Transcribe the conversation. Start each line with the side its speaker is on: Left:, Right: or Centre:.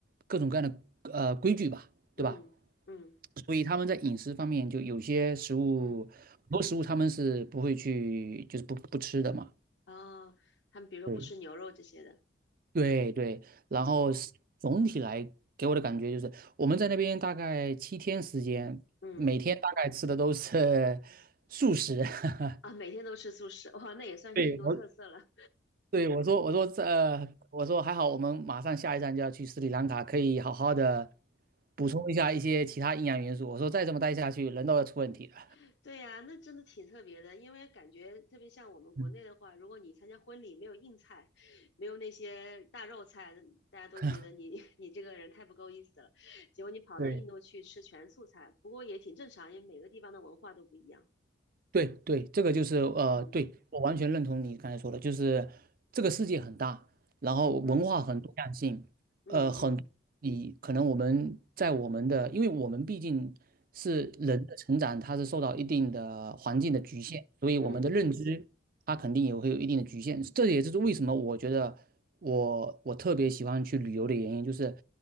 Right: 各种各样的呃规矩吧，
Left: 嗯嗯
Right: 对吧？所以他们在饮食方面，就有些食物，
Left: 嗯，
Right: 很多食物他们是不会去，就是不不吃的嘛。
Left: 哦，他们比如说不吃牛肉这些的，
Right: 对对对，然后是总体来给我的感觉就是，
Left: 哦，
Right: 我们在那边大概七天时间，
Left: 嗯
Right: 每天大概吃的都是 <laughs> 素食。<laughs>
Left: 啊，每天都吃素食，哇，那也算是印度特色了。
Right: 对我，对我说，我说这，呃我说还好，我们马上下一站就要去斯里兰卡，可以好好的补充一下一些其他营养元素。我说再这么待下去，人都要出问题了。
Left: <laughs> 对呀，那真的挺特别的，因为感觉特别像我们国内的话，
Right: 嗯，
Left: 如果你参加婚礼没有硬菜，没有那些大肉菜，大家都觉得你
Right: <laughs>
Left: <laughs> 你这个人太不够意思了。结果你跑到印度去吃全素菜，
Right: 对。
Left: 不过也挺正常，因为每个地方的文化都不一样。
Right: 对对，这个就是呃，
Left: 嗯
Right: 对，我完全认同你刚才说的，就是这个世界很大，然后文化很多样性，
Left: 嗯嗯嗯
Right: 呃，很你可能我们在我们的，因为我们毕竟是人的成长，
Left: 嗯
Right: 它是受到一定的环境的局限，
Left: 嗯
Right: 所以我们的认知它肯定也会有一定的局限，
Left: 嗯嗯，
Right: 这也就是为什么我觉得。我我特别喜欢去旅游的原因就是，